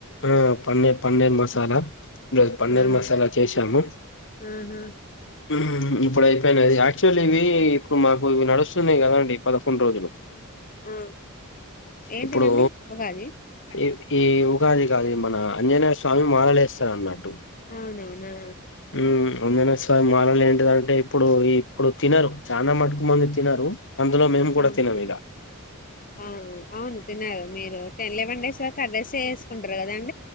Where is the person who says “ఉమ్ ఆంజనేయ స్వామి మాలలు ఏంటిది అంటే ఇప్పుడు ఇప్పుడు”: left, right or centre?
Left